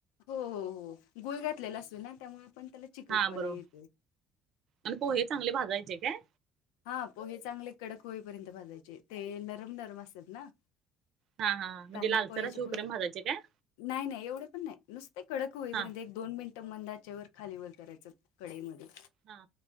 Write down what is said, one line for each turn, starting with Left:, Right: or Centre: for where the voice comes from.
Left: हो हो हो गुळ घातलेला असतो ना त्यामुळे आपण त्याला चिकटपणा
Right: हा बरोबर
Left: येते
Right: आणि पोहे चांगले भाजायचे काय?
Left: हा पोहे चांगले कडक होई पर्यंत भाजायचे ते नरम, नरम असतात ना.
Right: हा हा हा. म्हणजे
Left: कांदे
Right: लालसर
Left: पोह्याचे
Right: असे हुपऱ्यान
Left: पोहे
Right: भाजायचे काय
Left: नाही, नाही एवढे पण नाही नुसते कडक होईपर्यंत
Right: हा
Left: एक दोन मिनटं मंद आचेवर खाली व करायच कढई मध्ये
Right: हा